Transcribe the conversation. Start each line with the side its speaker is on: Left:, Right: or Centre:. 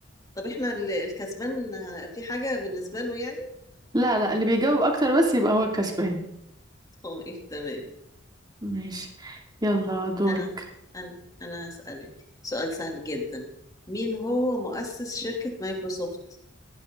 Left: طب احنا ال- الكسبان ه- في حاجة بالنسبة له يعني
Right: لا لا اللي بيجاوب أكتر بس يبقى هو الكسبان
Left: <laughs> اه ايه تمام
Right: ماشي يلا دورك
Left: انا انا انا هسألك سؤال سهل جدا مين هو مؤسس شركة مايكروسوفت